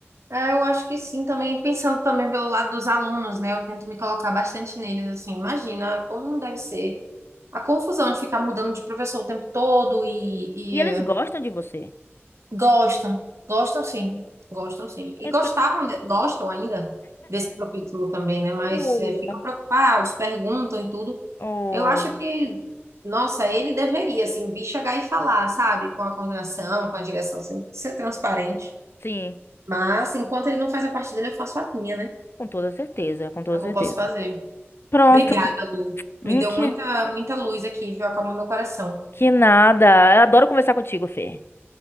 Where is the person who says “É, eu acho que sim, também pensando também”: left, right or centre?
Right